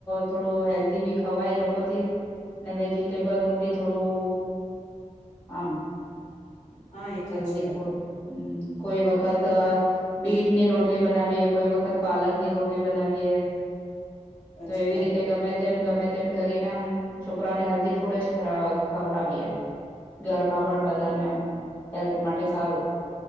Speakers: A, on the left (about 15°); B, on the left (about 70°).
A: થોડું હેલ્ધી બી ખવાય એ લોકોથી ને વેજીિટેબલ નું બી થોડું આમ
B: હા એ તો
A: હેલ્ધી
B: છે
A: ફૂડ હમ કોઈ વખત
B: માર
A: બીટ ની રોટલી બનાવીએ, કોઈ વખત પાલકની રોટલી બનાવીએ
B: સાચી
A: તો એવી
B: વાત
A: રીતે ગમે તેમ ગમે તેમ કરીને આમ છોકરાઓને હેલ્ધી ફૂડ જ ખરા ખવડાવીએ એમ ઘરમાં પણ બધાને એમ હેલ્થ માટે સારું